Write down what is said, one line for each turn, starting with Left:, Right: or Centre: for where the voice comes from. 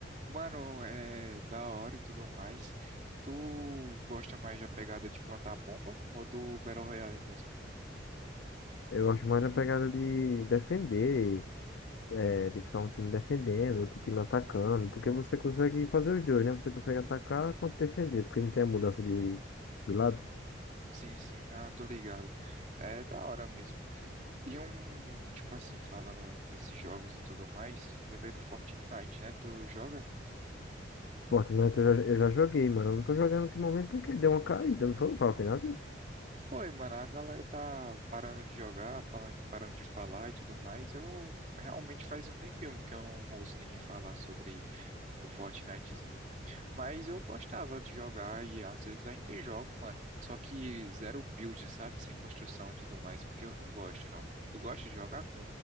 Right: Mano, é da hora e tudo mais. Tu gosta mais da pegada de plantar bomba ou do Battle Royale mesmo?
Left: Eu gosto mais da pegada de defender, é, de ficar um time defendendo, outro time atacando, porque você consegue fazer os dois, né? Você consegue atacar quanto defender, porque não tem a mudança de, de lado.
Right: Sim, sim. Ah, tô ligado. É da hora mesmo. E um, tipo assim, falando desses jogos e tudo mais, lembrei do Fortnite, né? Tu joga?
Left: Fortnite eu já, eu já joguei, mano. Eu não tô jogando ultimamente porque deu uma caída, não foi o Fortnite?
Right: Foi, mano. A galera tá parando de jogar, palan- parando de falar e tudo mais. Eu realmente faz um tempinho que eu não ouço ninguém falar sobre o Fortnitezinho. Mas eu gostava de jogar e às vezes ainda jogo, mano. Só que zero build, sabe? Sem construção e tudo mais, porque eu não gosto, não. Tu gosta de jogar com